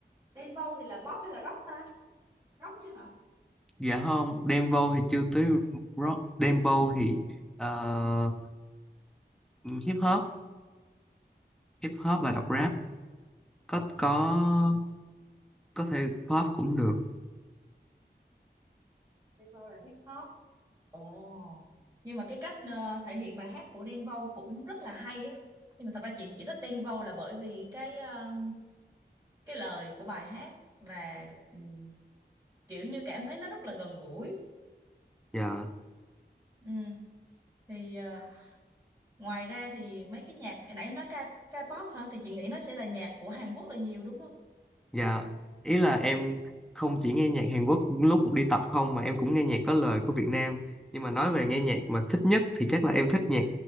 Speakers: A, on the right; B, in the centre.
A: Đen Vâu thì là pop hay là rock ta rock chứ hả
B: dạ không dembow thì chưa tới rock dembow thì ờ, hip hop hip hop và đọc rap có có có thể pop cũng được
A: Đen Vâu là hip hop Ồ. Nhưng mà cái cách ờ, thể hiện bài hát của Đen Vâu cũng rất là hay á. Nhưng mà thật ra chị chỉ thích Đen Vâu là bởi vì cái ờ, cái lời của bài hát và ừ, kiểu như cảm thấy nó rất là gần gũi.
B: dạ
A: Ừ. Thì ờ, ngoài ra thì mấy cái nhạc hồi nãy em nói ca K-pop hả? Thì chị nghĩ nó sẽ là nhạc của Hàn Quốc là nhiều đúng không?
B: dạ ý là em không chỉ nghe nhạc Hàn Quốc lúc đi tập không mà em cũng nghe nhạc có lời của Việt Nam nhưng mà nói về nghe nhạc mà thích nhất thì chắc là em thích nhạc